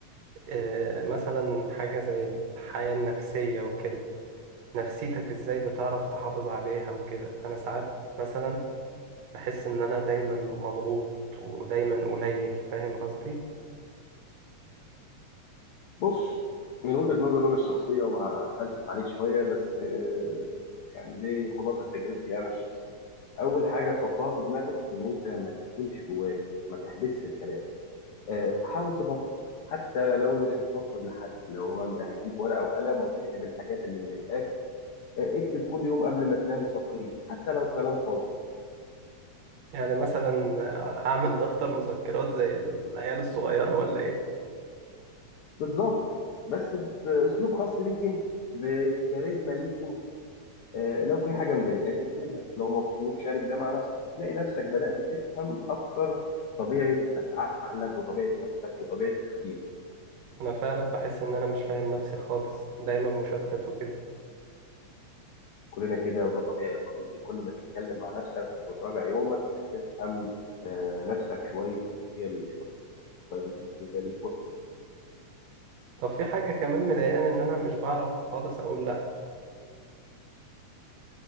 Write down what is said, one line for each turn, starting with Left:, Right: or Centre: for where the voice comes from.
Right: آه، مثلا حاجة زي الحياة النفسية وكده نفسيتك ازاي بتعرف تحافظ عليها وكده انا ساعات مثلا بحس ان انا دايما مضغوط ودايما قليل فاهم قصدي
Left: بص من وجهه نظري انا الشخصيه وهتفلسف عليك شويه بس آه، يعني دي خلاصه تجربتي انا الشخصيه اول حاجه تحطها في دماغك ان انت ما تكتمش جواك ما تحبسش الكلام آه، حاول تفضفض حتى لو مش هتفضفض لحد لو هو انت هتجيب ورقه وقلم وتكتب الحاجات اللي مضايقاك آه، اكتب كل يوم قبل ما تنام سطرين حتى لو كلام فاضي
Right: يعني مثلا اعمل دفتر مذكرات زي العيال الصغيرة ولا ايه
Left: بالظبط بس باسلوب خاص بيك انت بكاريزما ليك انت آه، لو في حاجه مضايقاك اكتبها لو مبسوط شارك ده مع نفسك هتلاقي نفسك بدات تفهم اكتر طبيعه عقلك وطبيعه نفسك وطبيعه تفكيرك
Right: انا فعلا بحس ان انا مش فاهم نفسي خالص دايما مشتت وكده
Left: كلنا كده وده طبيعي يا صديقي كل ما تتكلم مع نفسك وتراجع يومك هتفهم آه، نفسك شويه بشويه بشويه
Right: طب في حاجة كمان مضايقاني ان انا مش بعرف خالص اقول لا